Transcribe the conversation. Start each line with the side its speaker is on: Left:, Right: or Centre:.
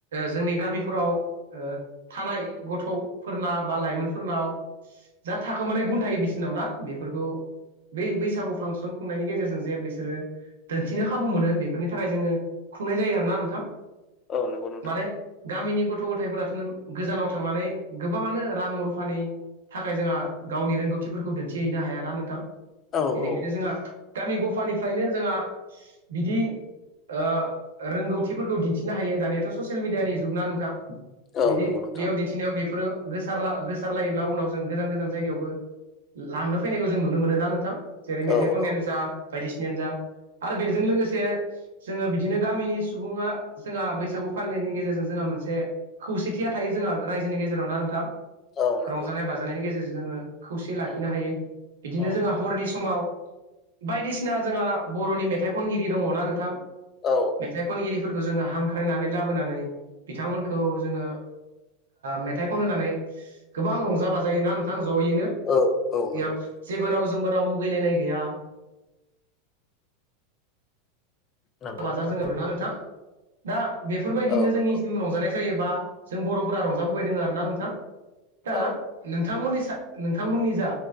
Right: जोंनि गामिफोराव ओ थानाय गथ'फोरना बा लाइमोनफोरनाव थाखो मानाय गुन थायो बिसिनाव ना बेफोरखौ बै बैसागु फांसन खुंनायनि गेजेरजों जे बि बिसोरो दिनथिनो खाबु मोनो बेफोरनि थाखाय जोङो खुंनाय जायो आरोना नोंथां।
Left: औ नंगौ नोंथां।
Right: माने गामिनि गथ' गथायफोराथ' नों गोजानाव थांनानै गोबाङानो रां रुफानि थाखाय जोंहा गावनि रोंगौथिफोरखौ दिन्थिहैनो हायााना नोंथां।
Left: औ
Right: बेनिखायनो
Left: औ
Right: जोंहा गामि गफानिफ्रायनो जोंहा बिदि ओ रोंगौथिफोरखौ दिन्थिनो हायो दानियाथ' ससियेल मिडियानि जुगना नोंथां।
Left: औ
Right: बिदि
Left: नंगौ नोंथां
Right: बेयाव दिन्थिनायाव बेफोरो गोसारलायोब्ला उनाव जों गोजान गोजान जायगायावबो लांनो फैनायखौ जों नुनो मोनो ना नोंथां। जेरै
Left: औ
Right: मेथाइ खननायानो
Left: औ
Right: जा बायदिसिनायानो जा। आरो बेजों लोगोसे जोंङो बिदिनो गामिनि सुबुङा जोंहा बैसागु फालिनायनि गेजेरजों जोंहा मोनसे खौसेथिया थायो जोंहा रायजोनि गेजेराव ना नोंथां।
Left: औ नंगौ
Right: रंजानाय बाजानायनि गेजेरजों जोंङो खौसेै लाखिनो
Left: औ
Right: हायो बिदिनो
Left: औ
Right: जोंहा हरनि समाव। बायदिसिना जोंहा बर'नि मेथाइ खनगिरि दङना नोंथां
Left: औ
Right: मेथाइ खनगिरिफोरखौ जोङो हांख्रायनानै लाबोनानै बिथांमोनखौ जोंङो मेथाइखौन होननानै गोबां रंजा बाजायोना नोंथां। जयैनो
Left: औ औ
Right: बेयाव
Left: नंगौ
Right: जेबो रावजोंबो राव मुगैलायनाय गैया।
Left: नंगौ
Right: रंजा बाजा
Left: नोंथां
Right: जोंङो ना नोंथां दा बेफोरबायदिनो
Left: औ
Right: जोंनिसिम
Left: नंगौ
Right: रंजानाय जायोबा जों बर'फोरा रंजाबोबायदों आरोना नोंथां। दा
Left: औ
Right: नोंथांमोननि नोंथांमोननि जा